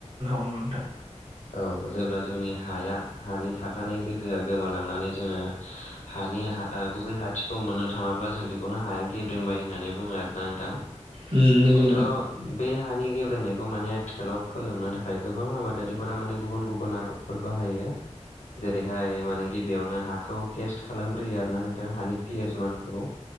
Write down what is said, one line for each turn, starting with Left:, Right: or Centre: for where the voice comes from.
Right: मोन <unintelligible> मोन दा
Left: औ जेब्ला जोंनि हाया हानि थाखानाय गोहोआ गोमालांनानै जोङो हानि हा गुबै हाथिखौ मोननो थाङाब्ला जों बेखौनो हाया गेब्रेंबाय होननानै बुङो आरोना नोंथां।
Right: नंगौ नोंथां
Left: थ' बे हा नि गेबेेंनायखौ माने आथिखालाव फोलोमनो थाखाय गोबां आबादारिफोरा माने गुबुन गुबुन आदबफोर बाहायो जेरैहाय माने गिबियावनो हाखौ टेस्ट खालामग्रो यो आरोना नोंथां हानि पि एइस मानखौ